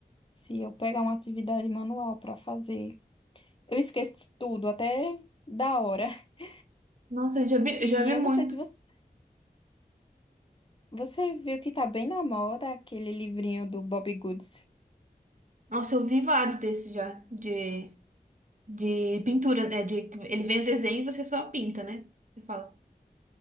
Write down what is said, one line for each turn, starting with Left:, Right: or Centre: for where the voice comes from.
Left: Se eu pegar uma atividade manual para fazer, eu esqueço de tudo, até da hora. <laughs>
Right: Nossa, eu já vi,
Left: E
Right: eu já vi
Left: eu
Right: muito.
Left: não sei se você, você viu que tá bem na moda aquele livrinho do Bob Goods.
Right: Nossa, eu vi vários desses já de, de pintura, né? De, ele vem o desenho e você só pinta, né? Você fala,